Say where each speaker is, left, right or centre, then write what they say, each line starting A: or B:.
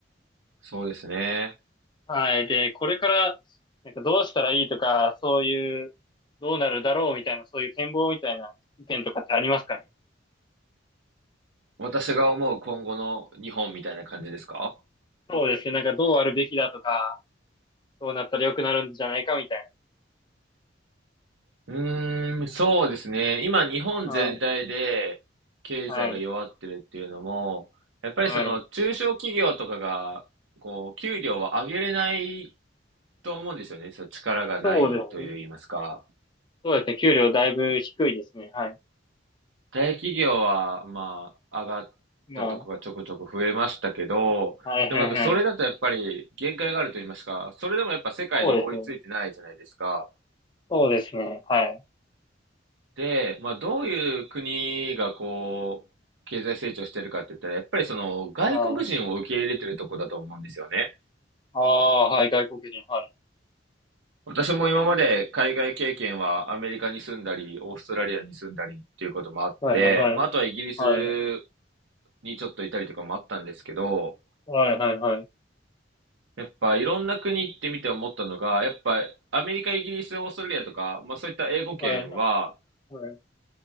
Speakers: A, on the right (about 85°); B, on the left (about 25°).
A: そうですね。
B: はい。で、これから、なんかどうしたらいいとか、そういう、どうなるだろうみたいな、そういう展望みたいな意見とかってありますかね
A: 私が思う今後の日本みたいな感じですか
B: そうですね。なんかどうあるべきだとか、どうなったら良くなるんじゃないかみたい
A: うーん、そうですね。今、日本全体で経済が弱ってるっていうのも、
B: な。はい。はい。
A: やっぱりその中小企業とかが、
B: はい。
A: こう、給料を上げれないと思うんですよね。そう、力がないと言いますか。
B: そうですね。そうですね。給料だいぶ低いですね。はい。
A: 大企業は、まあ、上がったとこがちょこちょこ増えましたけど、
B: まあ、はいはいはい。
A: でもなんかそれだとやっぱり限界があると言いますか、それでもやっぱ世界に追いついてないじゃないですか。
B: そうですね。そうですね。はい。
A: で、まあどういう国がこう、経済成長してるかって言ったら、やっぱりその外国人を受け入れてるとこだと思うんですよね。
B: はい。ああ、はい。外国人。はい。
A: 私も今まで海外経験はアメリカに住んだり、オーストラリアに住んだりっていうこともあって、
B: はいはいは
A: まああとはイギリス
B: い。はい。
A: にちょっといたりとかもあったんですけど、
B: はいはいはい。
A: やっぱいろんな国行ってみて思ったのが、やっぱアメリカ、イギリス、オーストラリアとか、まあそういった英語圏は、
B: はい。はい。